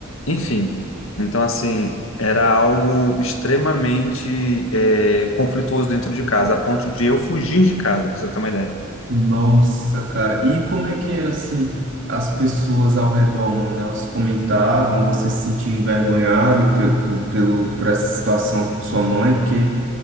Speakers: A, on the left; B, on the right.
A: Enfim, então assim, era algo extremamente eh, conflituoso dentro de casa, a ponto de eu fugir de casa, pra você ter uma ideia.
B: Nossa, cara, e como é que era assim? As pessoas ao redor, mano, elas comentavam, você se sentia envergonhado pe- po- pelo, por essa situação com sua mãe, porque,